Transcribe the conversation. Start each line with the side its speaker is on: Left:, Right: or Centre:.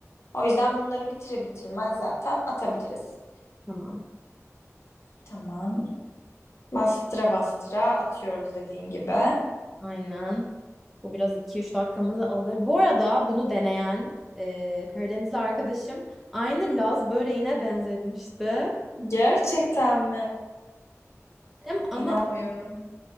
Left: O yüzden bunları bitire bitirmez zaten atabiliriz.
Centre: Tamam.
Left: Tamam. Bastıra bastıra atıyoruz dediğin gibi.
Centre: Aynen. Bu biraz 2-3 dakikamızı alır. Bu arada bunu deneyen e, Karadenizli arkadaşım aynı Laz böreğine benzetmişti.
Left: Gerçekten mi?
Centre: Em- Ama
Left: İnanmıyorum.